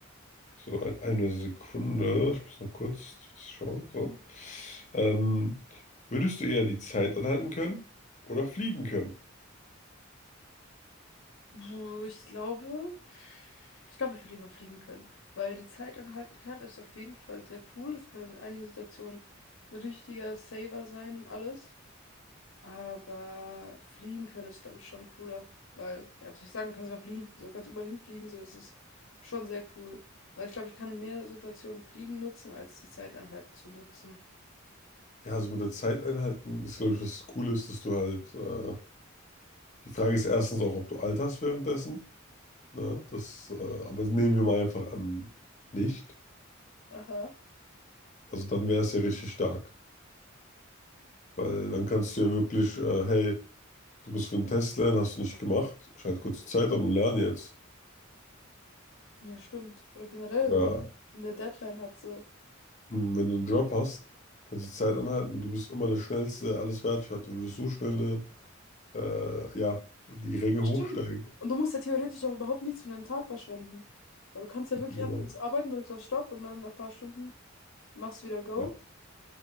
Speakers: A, on the left; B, on the left.
A: So, ein, eine Sekunde. Ich muss noch kurz was schauen. So. Ähm, würdest du eher die Zeit anhalten können oder fliegen können?
B: Puh, Ich glaube, ich glaube, ich will lieber fliegen können, weil die Zeit anhalten kann, ist auf jeden Fall sehr cool. Es kann in einigen Situationen ein richtiger Saver sein und alles. Aber fliegen können ist, glaube ich, schon cooler. Weil, ja, was soll ich sagen, kannst du da fliegen. So kannst du überall hinfliegen. So, ist es schon sehr cool. Aber ich glaube, ich kann mehr Situationen fliegen nutzen, als die Zeit anhalten zu nutzen.
A: Ja, also mit der Zeit einhalten ist, glaube ich, das Coole ist, dass du halt. Äh, die Frage ist erstens auch, ob du alterst währenddessen. Ne? Das, äh, aber das nehmen wir mal einfach an, nicht.
B: Aha.
A: Also dann wäre es ja richtig stark. Weil dann kannst du ja wirklich, äh, hey, Du bist für einen Test lernen, hast du nicht gemacht. Schalt kurz die Zeit an und lerne jetzt.
B: Ja, stimmt. Oder generell,
A: Oder
B: wenn man eine Deadline hat, so.
A: hm, wenn du einen Job hast, kannst du die Zeit anhalten. Du bist immer der Schnellste, der alles fertig hat. Du würdest so schnell eine, äh, ja, die Ränge
B: Das
A: hochsteigen.
B: stimmt. Und du musst ja theoretisch auch überhaupt nichts von deinem Tag verschwenden. Weil du kannst ja wirklich
A: Genau.
B: anfangen zu arbeiten, drückst auf Stopp und dann nach ein paar Stunden machst du wieder Go.
A: Ja,